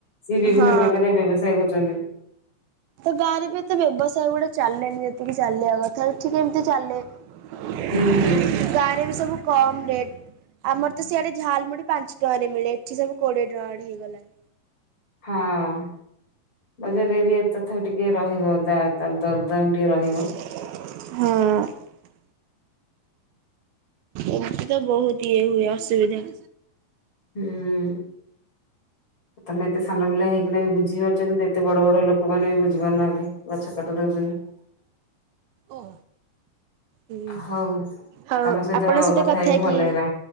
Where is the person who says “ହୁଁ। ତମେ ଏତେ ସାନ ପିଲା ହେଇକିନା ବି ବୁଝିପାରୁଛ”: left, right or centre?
Left